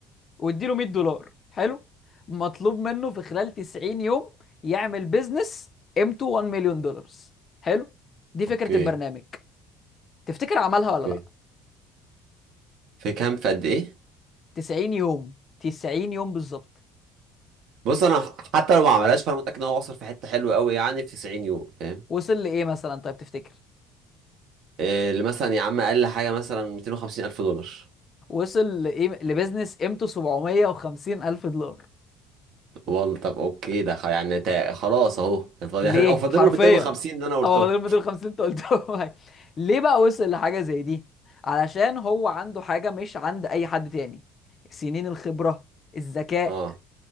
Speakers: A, on the left; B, on the right.
A: واديله 100 دولار حلو مطلوب منه في خلال 90 يوم يعمل بيزنس قيمته 1 مليون دولار حلو دي فكره
B: اوكي
A: البرنامج تفتكر عملها
B: اوكي
A: ولا لا
B: في كام في قد ايه
A: 90 يوم 90 يوم بالظبط
B: بص انا حتى لو ما عملهاش فانا متاكد ان هو وصل في حته حلوه قوي يعني في 90 يوم فاهم
A: وصل لايه مثلا طيب تفتكر
B: آه، اللي مثلا يا عم اقل حاجه مثلا 250 الف دولار
A: وصل لايه لبيزنس قيمته 750 الف دولار
B: والله طب اوكي ده خ- يعني تا- خلاص اهو يعني فاضل-
A: ليه
B: يعني- او فاضل
A: حرفيا
B: له 250 اللي انا قلته
A: هو فاضل 250 اللي انت قلتهم <laughs> هاي. ليه بقى وصل لحاجه زي دي علشان هو عنده حاجه مش عند اي حد تاني سنين الخبره الذكاء
B: اه